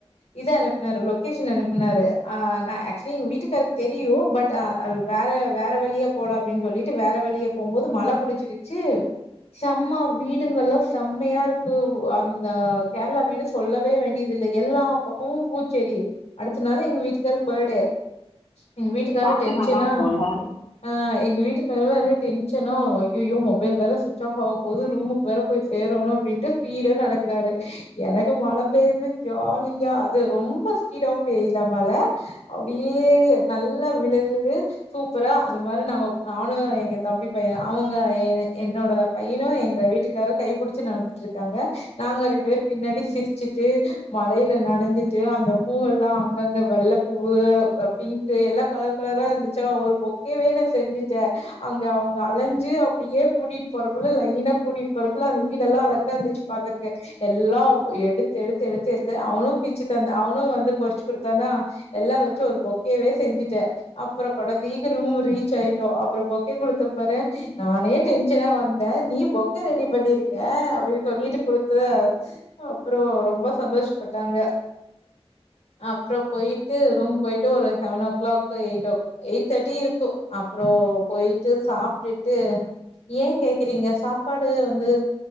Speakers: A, on the left (about 85°); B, on the left (about 70°).
A: இது அனுப்புனாரு லொக்கேஷன் அனுப்புனாரு ஆ நா ஆக்சுவ்லி எங்க வீட்டுக்காருக்கு தெரியு பட் ஆ வேற வேற வழியா போலா அப்டின் சொல்லிட்டு வேற வழியா போம்போது மழ புடிச்சிகிச்சி செம்மா வீடுங்கல்லா செம்மையா இருக்கு அந்த கேரளா வீடு சொல்லவே வேண்டியது இல்ல எல்லா பக்கமு பூச்செடி அடுத்த நாலு எங்க வீட்டுக்காருக்கு பேர்டே எங்ங வீட்டுக்காரரு
B: பாக்க
A: டென்ஷனா
B: நல்லா இருக்குல்ல
A: ஆ எங்க வீட்டுக்காரர் வேற டென்ஷனா அய்யயோ மொபைல் வேற சுவிட் ட்ச் ஆப் ஆக போகுது ரூமுக்கு வேற போய் சேரணு அப்படின்ட்டு ஸ்பீடா நடக்குறாரு எனக்கு மழ பெய்யுது ஜாலியா அது ரொம்ப ஸ்பீடாவு பெய்யுதா மழ அப்டியே நல்லா விழுகுது சூப்பரா அது மாரி நம்ம நானு எங்க தம்பி பைய அவுங்க எ என்னோட பையனு எங்க வீட்டுக்காரு கைபிடிச்சு நடந்துட்டு இருக்காங்க நாங்க ரெண்டு பேர் பின்னாடி சிரிச்சுட்டு மழையில நனஞ்சிட்டு அந்த பூ எல்லா அங்கங்க வெள்ளப்பூவு பிங்க் சோ எல்லா கலர் கலரா இருந்துச்சா ஒரு பொக்கேவே நா செஞ்சுட்டே அங்க அவங்க அலஞ்சு அப்டியே கூட்டிட்டு போறகுள்ள லைன்னா கூட்டிட்டு போறக்குள்ள அது வீடல்லா அழகா இருந்துச்சு பாக்குறத்திக்கே எல்லா எடுத்து எடுத்து எடுத்து எடுத்து அவனு பிச்சு தந்த அவனு வந்து பொறிச்சு கொடுத்தானா எல்லா வெச்சு ஒர் பொக்கேவே செஞ்சுட்டே அப்றோ கொண்டாந்து ரூம் ரீச் ஆய்ட்டோ அப்பறோ பொக்கே குடுத்த பாரு நானே டென் ஷனா வந்த நீ பொக்க ரெடி பண்ணிருக்க அப்டின்னு சொல்லி குடுத்தத அப்றோ ரொம்ப சந்தோஷப்பட்டாங்க அப்றோ போய்ட்டு ரூம் போய்ட்டு ஒரு செவனோ கிளாக் எய்ட்டோக் எய்ட் தட்டியிருக்கு அப்றோ போய்ட்டு சாப்ட்டுட்டு ஏ கேக்குறீங்க சாப்பாடு வந்து